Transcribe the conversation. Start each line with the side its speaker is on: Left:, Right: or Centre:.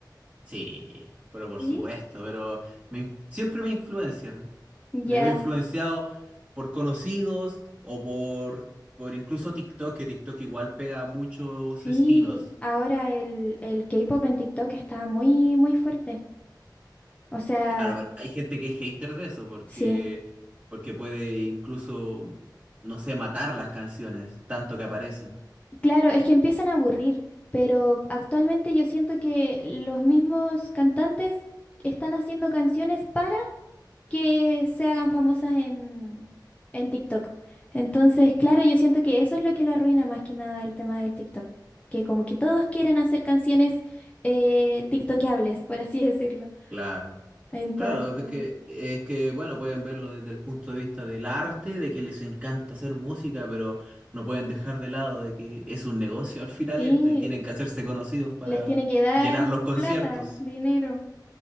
Right: sí, pero por
Left: Sí.
Right: supuesto, pero me in- siempre me influencian.
Left: Ya.
Right: Me veo influenciado por conocidos o por, por incluso TikTok, que TikTok igual pega muchos
Left: Sí,
Right: estilos.
Left: ahora el, el K-pop en TikTok está muy, muy fuerte. O sea...
Right: Claro, pero hay gente que es hater de eso porque,
Left: Sí,
Right: porque puede incluso, no sé, matar las canciones, tanto que aparecen.
Left: claro, es que empiezan a aburrir, pero actualmente yo siento que los mismos cantantes están haciendo canciones para que se hagan famosas en, en TikTok. Entonces, claro, yo siento que eso es lo que lo arruina más que nada el tema del TikTok, que como que todos quieren hacer canciones eh, TikTokables, por así <laughs> decirlo.
Right: Claro.
Left: Entonces,
Right: Claro, es que, es que, bueno, pueden verlo desde el punto de vista del arte, de que les encanta hacer música, pero no pueden dejar de lado de que es un negocio al final
Left: sí,
Right: esto y tienen que hacerse conocidos para
Left: les tiene que dar
Right: llenar los conciertos.
Left: plata, dinero.